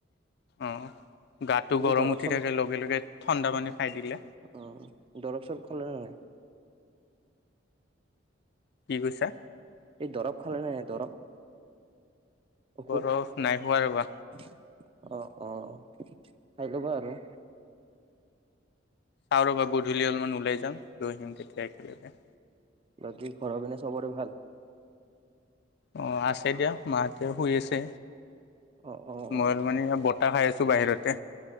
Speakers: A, on the left; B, on the right.
A: অ গাটো
B: পিছত
A: গৰম
B: দৰৱ
A: উঠি
B: চৰৱ
A: থাকে লগে লগে ঠাণ্ডা পানী খাই দিলে
B: অ দৰব চৰব খালে নে নাই?
A: কি কৈছা?
B: এই দৰৱ খালে নে নাই দৰৱ? ঔষধ
A: বৰফ নাই খোৱা ৰ'বা
B: অহ অহ খাই লবা আৰু
A: চাও ৰবা গধূলি অলমান ওলাই যাম লৈ আহিম তেতিয়া একেলগে।
B: বাকী ঘৰ পিনে চবৰে ভাল?
A: অ আছে দিয়া মাহঁতে শুই আছে।
B: অ অ অ
A: মই অলপ মানি বতাহ খাই আছো বাহিৰতে